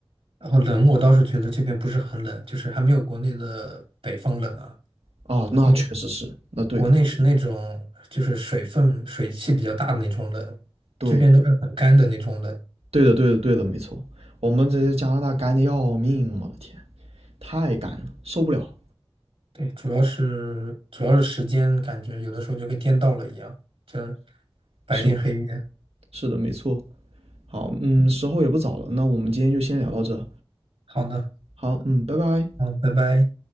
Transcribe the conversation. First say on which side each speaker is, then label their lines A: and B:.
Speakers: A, on the right; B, on the right.
A: 然后冷，我倒是觉得这边不是很冷，就是还没有国内的北方冷啊。
B: 哦，那确实是，
A: 因为
B: 那对的，
A: 国内是那种就是水分、水汽比较大的那种冷，
B: 对，
A: 这边都是很干的那种冷。
B: 对的，对的，对的，没错。我们这些加拿大干的要命，我的天，太干了，受不了。
A: 对，主要是主要是时间，感觉有的时候就跟颠倒了一样，这白天黑夜。
B: 是是的，没错。好，嗯，时候也不早了，那我们今天就先聊到这。
A: 好的，
B: 好，嗯，拜拜。
A: 嗯，拜拜。